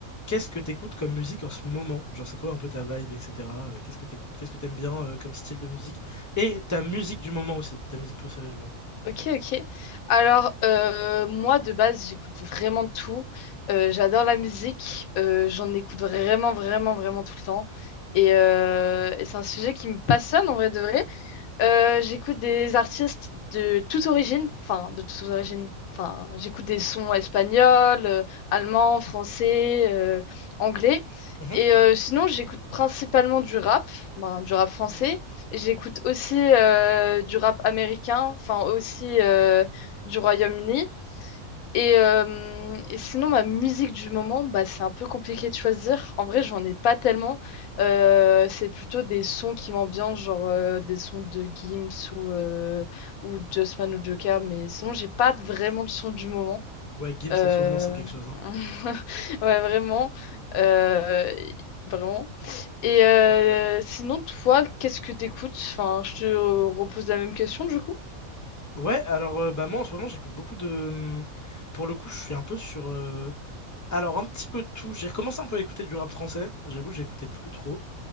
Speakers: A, on the left (about 30°); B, on the left (about 80°).
A: qu'est-ce que t'écoutes comme musique en ce moment? Genre c'est quoi un peu ta vibe, etc. euh, qu'est-ce que t'écoutes? Qu'est-ce que t'aimes bien euh, comme style de musique? Et ta musique du moment aussi, ta musique préférée du moment.
B: Ok, ok. Alors, euh, moi, de base, j'écoute vraiment tout. Euh, j'adore la musique. euh, j'en écoute vraiment, vraiment, vraiment tout le temps. Et, euh, et c'est un sujet qui me passionne en vrai de vrai. Euh, j'écoute des artistes de toute origine, enfin de toutes origines. Enfin, j'écoute des sons espagnols, euh, allemands, français, euh, anglais.
A: Mhm.
B: Et euh, sinon, j'écoute principalement du rap, ben, du rap français. Et j'écoute aussi euh, du rap américain, enfin aussi euh, du Royaume-Uni. Et, euh, et sinon, ma musique du moment, bah, c'est un peu compliqué de choisir. En vrai, j'en ai pas tellement. Euh, c'est plutôt des sons qui m'ambiancent, genre euh, des sons de Gims ou, euh, ou Justman ou Joker. Mais sinon, j'ai pas vraiment de son du moment.
A: Ouais, Gims
B: Euh,
A: en ce moment c'est quelque chose. hein.
B: <laughs> Ouais, vraiment. Euh, Vraiment. Et euh, sinon, toi, qu'est-ce que t'écoutes? Enfin, je te repose la même question du coup.
A: Ouais, alors euh, bah moi en ce moment j'écoute beaucoup de... Pour le coup je suis un peu sur... euh, Alors, un petit peu de tout. J'ai recommencé un peu à écouter du rap français. J'avoue, j'écoutais plus trop.